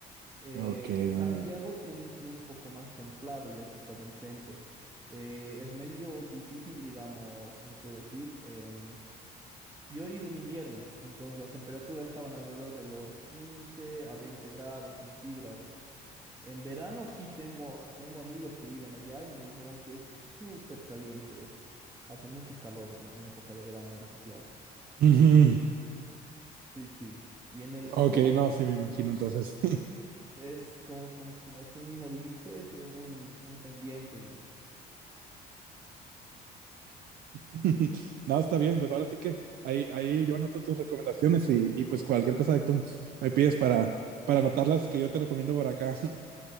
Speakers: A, on the right (about 20°); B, on the right (about 65°).
A: Eh,
B: Ok, muy
A: Santiago
B: bien.
A: tiene un clima un poco más templado, ya que está en el centro. Eh, es medio difícil, digamos, ¿cómo se puede decir? Em, yo he ido en invierno, entonces las temperaturas estaban alrededor de los 15 a 20 grados centígrados. En verano sí tengo, tengo amigos que viven allá y me dijeron que es súper caliente esto. Hace mucho calor en, en época de verano allá en Santiago.
B: Ujú.
A: Sí, sí. Y en el sur
B: Ok, no, sí me imagino entonces.
A: es como, como tú, tú mismo dijiste, es un, un pendiente, digamos.
B: <laughs> No, está bien, pues ahora sí que ahí, ahí yo anoto tus recomendaciones y, y pues cualquier cosa que tú me pides para, para anotarlas que yo te recomiendo por acá.